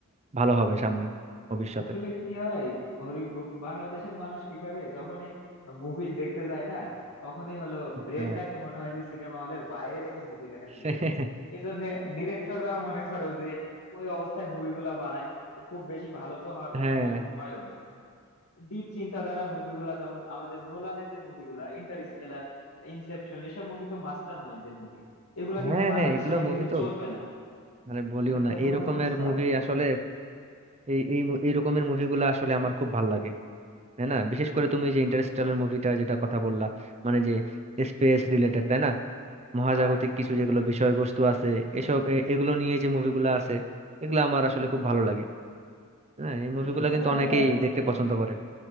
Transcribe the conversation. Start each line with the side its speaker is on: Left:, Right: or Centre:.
Right: ভালো হবে সামনে ভবিষ্যতে
Left: আসলে কি হয় গরিব বাংলাদেশের মানুষ কি করে যখনই মুভি দেখতে যায় না তখনই হলো ব্রেনটাকে
Right: হ্যাঁ
Left: মনে হয় যে সিনেমা হলের বাইরে রেখে মুভি দেখা
Right: <laughs>
Left: শুরু করে
Right: হ্যাঁ
Left: এই জন্য ডিরেক্টররাও মনে করো যে ওই অবস্থায় মুভিগুলা বানায় তো খুব বেশি ভালো তো হওয়ার কথা
Right: হ্যাঁ
Left: না এবং হয়ও না ডিপ চিন্তাধারার মুভিগুলা যেমন আমাদের নোলানের যে মুভিগুলা ইন্টারস্টেলার ইনসেপশন এসব মুভি তো মাস্টার মাইন্ডের মুভি এগুলা
Right: হ্যাঁ
Left: কিন্তু বাংলাদেশে
Right: হ্যাঁ এগুলো মুভি
Left: কিন্তু
Right: তো
Left: চলবে না
Right: মানে বলিও
Left: এটা তো
Right: না
Left: তোমাকে
Right: এই রকমের
Left: বুঝতে
Right: মুভি
Left: হবে
Right: আসলে এই এই মু- এই রকমের মুভিগুলো আসলে আমার খুব ভালো লাগে তাই না বিশেষ করে তুমি যে ইন্টারস্টেলার মুভিটা যেটা কথা বললা মানে যে স্পেস রিলেটেড তাই না মহাজাগতিক
Left: হ্যাঁ স্পেস
Right: কিছু
Left: রিলেটেড
Right: যেগুলো বিষয়বস্তু আছে এসব এ- এগুলো নিয়ে যে মুভিগুলো আছে এগুলো আমার আসলে খুব ভালো লাগে হ্যাঁ এই মুভিগুলো
Left: এইসব মুভি
Right: কিন্তু
Left: আসলে
Right: অনেকেই দেখতে পছন্দ করে